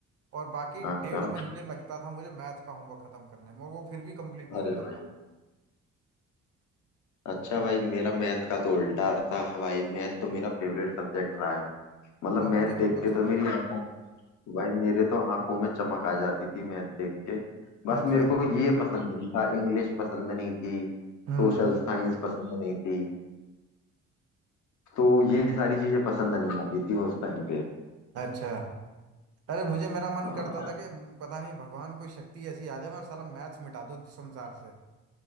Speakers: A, on the right; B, on the left.
A: और बाकी
B: अच्छा
A: डेढ़ महीने लगता था मुझे मैथ का होमवर्क खत्म करने में और वो फिर भी कंप्लीट नहीं
B: अरे
A: होता
B: भाई
A: था
B: अच्छा भाई मेरा मैथ का तो उल्टा था भाई मैथ तो मेरा फेवरेट सब्जेक्ट रहा है मतलब
A: हाँ,
B: मैथ
A: मुझे बिल्कुल
B: देख के
A: समझ
B: तो मेरी
A: नहीं आता
B: आंखों
A: था
B: भाई मेरे तो आंखों में चमक आ जाती थी मैथ देख के बस
A: अच्छा
B: मेरे को ये पसंद नहीं था इंग्लिश पसंद नहीं थी
A: हम्म
B: सोशल साइंस पसंद नहीं थी तो ये सारी चीजें पसंद नहीं आती थी उस टाइम पे
A: अच्छा अरे मुझे मेरा मन
B: हाँ
A: करता था कि म, पता नहीं भगवान कोई शक्ति ऐसी आ जाए मैं साला मैथ्स मिटा दूं संसार से